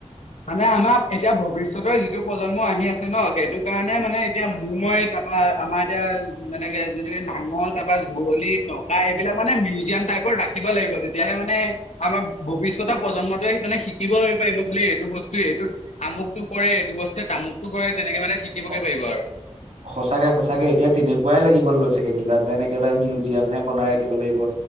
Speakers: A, on the left (about 70°); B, on the right (about 70°).
A: মানে আমাৰ এতিয়া ভৱিষ্যতৰ যিটো প্ৰজন্ম আহি আছে ন, সেইটো কাৰণে মানে এতিয়া মো মই তা ৰ আমাৰ এতিয়া মানে যেনেকে নাঙল তাৰপৰা যুৱলি, টোকা এইবিলাক মানে মিউজিয়াম টাইপৰ শিকিব লাগিব তেতিয়াহে মানে আমাৰ ভৱিষ্যতৰ প্ৰজন্মটোৱে মানে শিকিবলৈ পাৰিব বুলি এ এইটো বস্তুৱে এইটোত আমুকটো কৰে, এইটো বস্তুৱে তামুকটো কৰে, তেনেকে মানে শিকিবগে
B: অ।
A: পাৰিব আৰু।
B: সঁচাকে, সচাঁকে এতিয়া তেনেকুৱাই লাগিব লৈছেগে কিবা যেন একেবাৰে মিউজিয়ামহে বনাই ৰাখিব লাগিব।